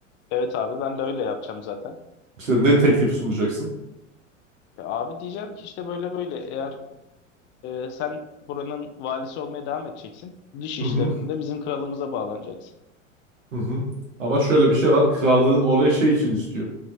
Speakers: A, on the left; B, on the right.
A: Evet abi ben de öyle yapacağım zaten.
B: İşte ne teklifi sunacaksın?
A: Ya abi diyeceğim ki işte böyle böyle eğer e, sen buranın valisi olmaya devam edeceksin. Dış işlerinde
B: Hı hı,
A: bizim kralımıza bağlanacaksın.
B: hı hı. Ama şöyle bir şey var. Krallığın oraya şey için istiyor.